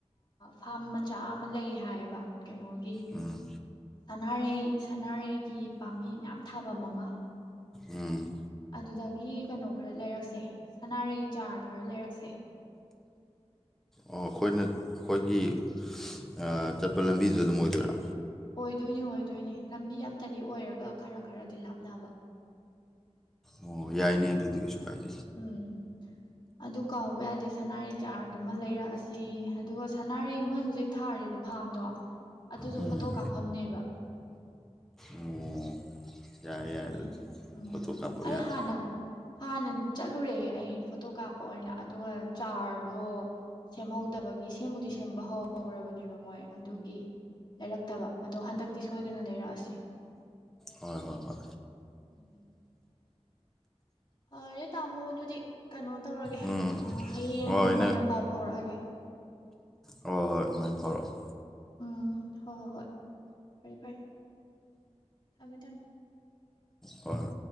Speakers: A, on the left; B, in the centre.
A: ꯐꯥꯝ ꯃꯆꯥ ꯑꯃ ꯂꯩ ꯍꯥꯏꯌꯦꯕ ꯀꯩꯅꯣꯒꯤ
B: ꯎꯝ
A: ꯁꯅꯥꯔꯩ ꯁꯅꯥꯔꯩꯒꯤ ꯄꯥꯝꯕꯤ ꯃꯌꯥꯝ ꯊꯥꯐꯝ ꯑꯃ
B: ꯎꯝ꯫
A: ꯑꯗꯨꯗꯒꯤ ꯀꯩꯅꯣ ꯈꯔ ꯂꯩꯔꯛꯁꯦ ꯁꯅꯥꯔꯩ ꯆꯥꯔ ꯈꯔ ꯂꯩꯔꯛꯁꯦ
B: ꯑꯣ ꯑꯩꯈꯣꯏꯅ ꯑꯩꯈꯣꯏꯒꯤ ꯑꯥ ꯆꯠꯄ ꯂꯝꯕꯤꯗꯨꯗ ꯑꯗꯨꯝ ꯑꯣꯏꯗꯣꯏꯔ꯫
A: ꯑꯣꯏꯗꯣꯏꯅꯦ ꯑꯣꯏꯗꯣꯏꯅꯦ ꯂꯝꯕꯤ ꯑꯝꯇꯗꯤ ꯑꯣꯏꯔꯒ ꯈꯔ ꯈꯔꯗꯤ ꯂꯥꯞꯅꯕ
B: ꯑꯣ ꯌꯥꯏꯅꯦ ꯑꯗꯨꯗꯤ ꯀꯩꯁꯨ ꯀꯥꯏꯗꯦ
A: ꯎꯝ ꯑꯗꯨ ꯀꯥꯎꯕ ꯌꯥꯗꯦ ꯁꯅꯥꯔꯩ ꯆꯥꯔꯗꯨꯃ ꯂꯩꯔꯛꯑꯁꯤ ꯑꯗꯨꯒ ꯁꯅꯥꯔꯩ ꯃꯣꯏ ꯍꯧꯖꯤꯛ ꯊꯥꯔꯤꯕ ꯐꯥꯝꯗꯣ ꯑꯗꯨꯁꯨ
B: ꯎꯝ
A: ꯐꯣꯇꯣ ꯀꯥꯞꯐꯝꯅꯦꯕ
B: ꯑꯣ ꯌꯥꯏ ꯌꯥꯏ
A: ꯑꯦ
B: ꯑꯗꯨꯗꯤ
A: ꯎꯝ
B: ꯐꯣꯇꯣ ꯀꯥꯞꯄ
A: ꯑꯩ
B: ꯌꯥꯔꯦ
A: ꯍꯥꯟꯅ ꯍꯥꯟꯅ ꯆꯠꯂꯨꯔꯦ ꯑꯩ ꯐꯣꯇꯣ ꯀꯥꯞꯄ ꯑꯣꯏꯅ ꯑꯗꯨꯒ ꯆꯥꯔꯗꯣ ꯁꯦꯝꯍꯧꯗꯕꯒꯤ ꯁꯦꯝꯕꯨꯗꯤ ꯁꯦꯝꯕ ꯍꯧ ꯍꯧꯔꯕꯅꯦꯕ ꯃꯣꯏ ꯑꯗꯨꯒꯤ ꯂꯩꯔꯛꯇꯕ ꯑꯗꯣ ꯍꯟꯗꯛꯇꯤ ꯁꯣꯏꯗꯅ ꯂꯩꯔꯛꯑꯁꯤ꯫
B: ꯍꯣꯏ ꯍꯣꯏ ꯍꯣꯏ꯫
A: ꯎꯝ꯫ ꯐꯔꯦ ꯇꯥꯃꯣ ꯑꯗꯨꯗꯤ ꯀꯩꯅꯣ ꯇꯧꯔꯒꯦ
B: ꯎꯝ
A: ꯍꯌꯦꯡ
B: ꯍꯣꯏ
A: ꯑꯣꯏꯅ ꯄꯥꯎ ꯐꯥꯎꯔꯛꯑꯒꯦ꯫
B: ꯍꯣꯢ ꯍꯣꯏ ꯑꯗꯨꯃꯥꯏꯅ ꯐꯥꯎꯔꯛꯑꯣ
A: ꯎꯝ ꯍꯣ ꯍꯣ ꯍꯣꯏ ꯐꯔꯦ ꯐꯔꯦ ꯊꯝꯃꯦ ꯊꯝꯃꯦ꯫
B: ꯍꯣꯏ ꯍꯣꯏ꯫